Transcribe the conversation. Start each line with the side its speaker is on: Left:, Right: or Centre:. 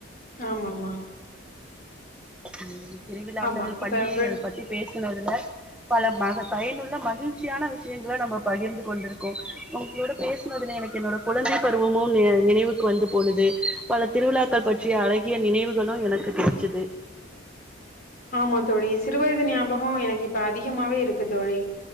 Left: ஆமா ஆமா
Centre: ம் திருவிழாக்கள்
Left: ஆமா இப்ப
Centre: பண்டிகைகள்
Left: வி
Centre: பத்தி பேசுனதுல பல மக பயனுள்ள மகிழ்ச்சியான விஷ்யங்கள நம்ப பகிர்ந்து கொ ண்டு இருக்கோ. உங்குளோட பேசுனதுல எனக்கு என்னோட குழந்தை பருவமு நி நினைவுக்கு வந்து போகுது. பல திருவிழாக்கள் பற்றிய அழகிய நினைவுகளு எனக்கு கெச்சுது
Left: ஆமா தோழி. சிறுவயது ஞாபகொ எனக்கு இப்ப அதிகமாவே இருக்கு தோழி.